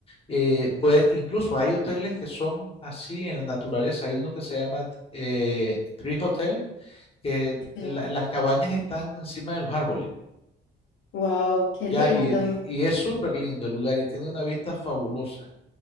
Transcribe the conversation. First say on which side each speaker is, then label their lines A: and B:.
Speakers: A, on the left; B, on the left.
A: eh, puede- incluso hay hoteles que son así en la naturaleza. Hay uno que se llama eh, Tree Hotel, que
B: sí.
A: la- las cabañas están encima de los árboles.
B: Wow, qué
A: Ya,
B: lindo.
A: y, y es súper lindo el lugar y tiene una vista fabulosa.